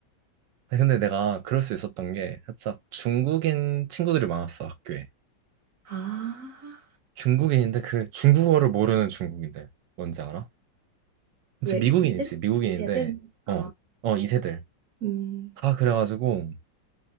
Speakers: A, on the right; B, on the right.
A: 근데 내가 그럴 수 있었던 게, 살짝 중국인 친구들이 많았어, 학교에.
B: 아
A: 중국인인데, 그 중국어를 모르는 중국인들. 뭔지 알아? 그치,
B: 왜
A: 미국인이지,
B: 이세대이세대
A: 미국인인데,
B: 아,
A: 어, 어, 이세들.
B: 음,
A: 다 그래가지고,